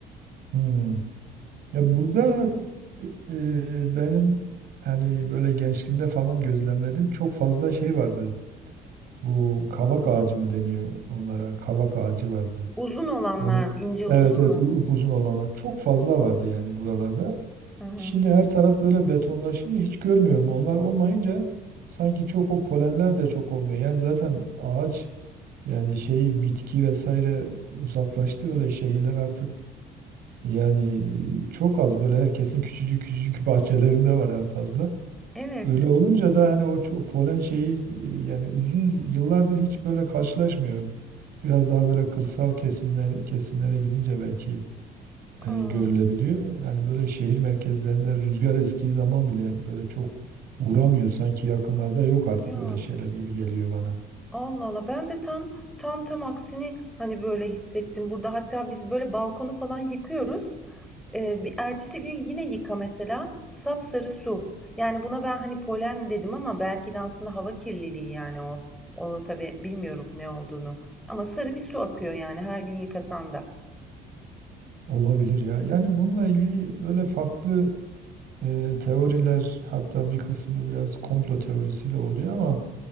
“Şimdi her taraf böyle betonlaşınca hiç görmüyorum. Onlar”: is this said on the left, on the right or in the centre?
Right